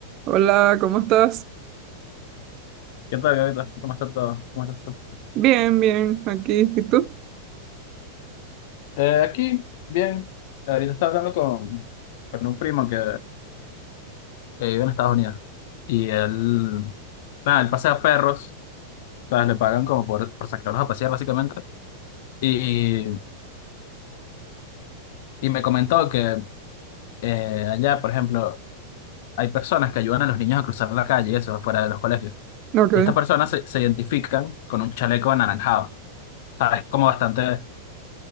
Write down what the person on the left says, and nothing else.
¿Qué tal, Gavita? ¿Cómo está todo? ¿Cómo estás tú?
Eh, aquí, bien. Ahorita estaba hablando con, con un primo que, que vive en Estados Unidos. Y él, nada, él pasea perros, ¿sabes? Le pagan como por, por sacarlos a pasear, básicamente. Y, y me comentó que eh, allá, por ejemplo, hay personas que ayudan a los niños a cruzar la calle, y eso, fuera de los colegios.
Y estas personas se, se identifican con un chaleco anaranjado, ¿sabes? Como bastante